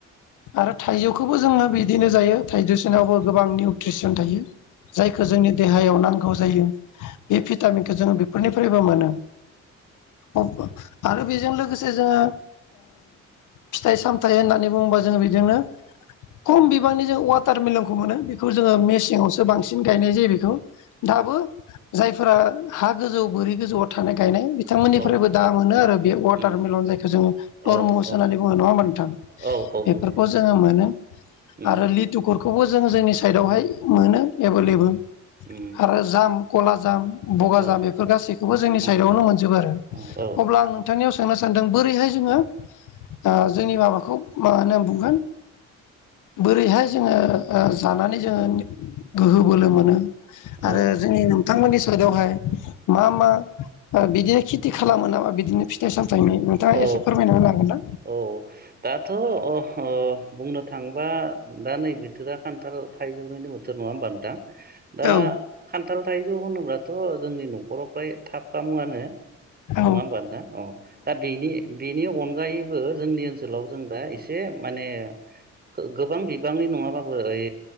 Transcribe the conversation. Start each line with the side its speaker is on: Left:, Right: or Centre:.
Left: आरो थाइजौ खौबो जोङो बिदिनो जायो थाइड्रिसनावबो गोबां निउट्रिसन थायो। जायखौ जोंनि देहायाव नांगौ जायो बे भिटामिनखौ जों बेफोरनिफ्रायबो मोनो। अ आरो बेजों लोगोसे जोङो फिथाइ सामथाइ होननानै बुङोबा जोङो बेजोंनो खम बिबांनि जों वाटार मिलनखौ मोनो। बेखौ जोङो मेसेंआवसो बांसिन गायनाय जायो बेखौ दाबो जाय फोर हा गोजौ बोरि गोजौआव थानाय गायनाय बिथांमोननिफ्रायबो
Right: औ औ
Left: दा मोनो आरो बे अट
Right: उम
Left: टारमिलन जायखौ जोङो
Right: औ
Left: टरमुस
Right: औ
Left: होननानै बुङो नङा होमा नोंथां
Right: औ औ
Left: बेफोरखौ
Right: नंगौ नोंथां
Left: जोङो मोनो।
Right: उम
Left: आरो लिटुखुरखौबो जों जोंनि साइडावहाय
Right: उम
Left: मोनो एभोल
Right: उम
Left: एबोेल।
Right: उम
Left: आरो जाम खला जाम बगा
Right: औ
Left: जाम बेफोर गासैखौबो जोंनि
Right: औ
Left: साइडआवनो मोनजोबो आरो
Right: औ औ
Left: अब्ला आं नोंथांनियाव सों नो सानदों बोरैहाय जोङो ओ जोंनि माबाखौ मा होनो बुंगोन बोरैहाय जोङो ओ जानानै जोङो गोहो बोलो मोनो
Right: औ
Left: आरो जोंनि नोंथांमोननि साइदआवहाय मा मा ओ बिदिनो खेथि खालामो नामा बिदिनो फिथाइ सामथाइनि नोंथाङा
Right: औ
Left: एसे फोरमायना होनो हागोन ना?
Right: औ दाथ' ओ बुंनो थांबा दा नैबे बोथोरा खान्थाल थाइजौनिनो बोथोर नङा होनबा नोंथां दा
Left: औ
Right: खा न्थाल थाइजौ होनोब्लाथ' जोंनि न'खराव फ्राय थाफ्रामोआनो नङा
Left: औ
Right: होमबा नोंथां औ दा बेनि बेनि अनगायैबो जोंनि ओनसोलाव जों दा एसे माने गोबां बिबांनि नङाबाबो ओइ